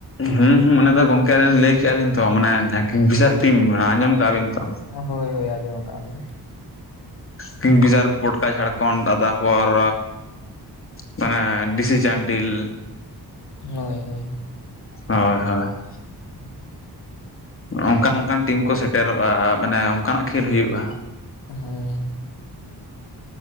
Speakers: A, on the left; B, on the left.
A: ᱦᱩᱸ ᱦᱩᱸ ᱚᱱᱮ ᱫᱚ ᱜᱚᱝᱠᱮ ᱞᱟᱹᱭ ᱠᱮᱜᱼᱟ ᱞᱤᱧ ᱛᱚ ᱢᱟᱱᱮ ᱡᱟᱦᱟᱸ ᱠᱤᱝᱯᱷᱤᱥᱟᱨ ᱴᱤᱢ ᱚᱱᱟ ᱟᱸᱡᱚᱢ ᱠᱟᱜᱼᱟ ᱵᱤᱱ ᱛᱚ?
B: ᱦᱳᱭ, ᱦᱳᱭ, ᱟᱸᱚᱢᱟᱜ ᱟᱠᱟᱜᱼᱟᱞᱤᱧ ᱾
A: ᱠᱤᱝᱜᱯᱷᱤᱥᱟᱨ ᱯᱚᱴᱠᱟ ᱡᱷᱟᱲᱠᱷᱚᱱᱰ ᱟ ᱛᱟᱨᱯᱚᱨ ᱢᱟᱱᱮ ᱰᱤᱥᱤ ᱪᱟᱱᱰᱤᱞ,
B: ᱦᱳᱭ, ᱦᱳᱭ ᱾
A: ᱦᱳᱭ, ᱦᱳᱭ ᱾
B: <inaudible>
A: ᱚᱝᱠᱟᱱ ᱚᱝᱠᱟᱱ ᱴᱤᱢ ᱠᱚ ᱥᱮᱴᱮᱨᱚᱜᱼᱟ, ᱢᱟᱱᱮ ᱚᱝᱠᱟᱱᱟᱜ ᱠᱷᱮᱞ ᱦᱩᱭᱩᱜᱼᱟ ᱾
B: ᱦᱩᱸᱭ ᱾